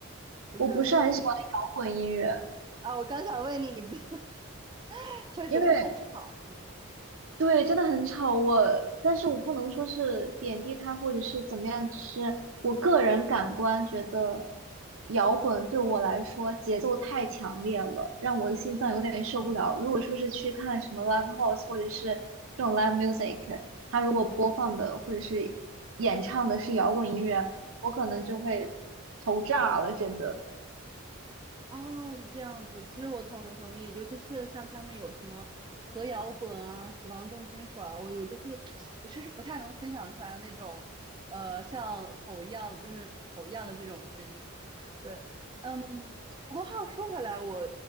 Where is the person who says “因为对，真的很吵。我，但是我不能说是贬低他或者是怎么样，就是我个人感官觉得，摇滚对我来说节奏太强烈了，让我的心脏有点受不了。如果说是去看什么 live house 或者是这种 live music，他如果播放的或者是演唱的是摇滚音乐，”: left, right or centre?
Right